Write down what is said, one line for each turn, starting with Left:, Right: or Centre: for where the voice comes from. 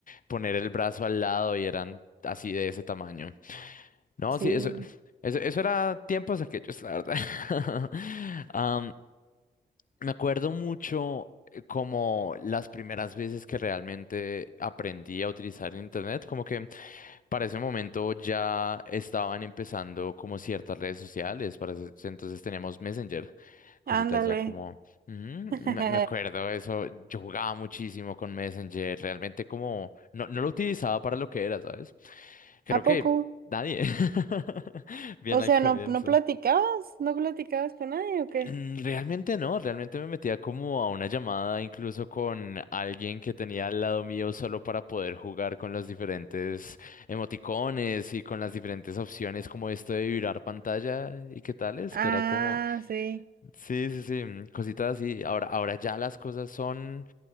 Left: poner el brazo al lado y eran así de ese tamaño. No,
Right: Sí,
Left: sí, eso, eso, eso era tiempos aquellos, la verdad. <laughs> Am, me acuerdo mucho eh, como las primeras veces que realmente aprendí a utilizar el internet, como que para ese momento ya estaban empezando como ciertas redes sociales, para ese- entonces teníamos Messenger, cositas
Right: ándale.
Left: ya como, ujú,
Right: <laughs>
Left: me, me acuerdo eso, yo jugaba muchísimo con Messenger, realmente como, no, no lo utilizaba para lo que era, ¿sabes? Creo
Right: ¿A
Left: que
Right: poco?
Left: nadie, <laughs> bien
Right: O
Left: al
Right: sea,
Left: comienzo.
Right: ¿no, no platicabas? ¿No platicabas con nadie o qué?
Left: Mm, Realmente no, realmente me metía como a una llamada incluso con alguien que tenía al lado mío solo para poder jugar con los diferentes emoticones y con las diferentes opciones como esto de vibrar pantalla y qué tales,
Right: Ah,
Left: que era como,
Right: sí,
Left: sí, sí, sí, mm, cositas así. Ahora, ahora ya las cosas son,